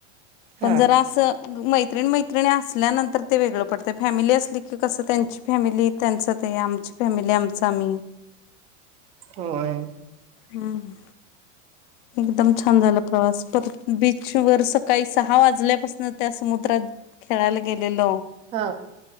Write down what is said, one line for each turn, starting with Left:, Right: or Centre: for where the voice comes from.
Right: हा
Left: पण जरा असं मैत्रिण मैत्रिणी असल्यानंतर ते वेगळं पडतं फॅमिली असली की कसं त्यांची फॅमिली त्यांच ते आमची फॅमिली आमच आम्ही
Right: होय
Left: हम् एकदम छान झाला प्रवास पर बीचवर सकाळी सहा वाजल्यापासून त्या समुद्रात खेळायला गेलेल
Right: हा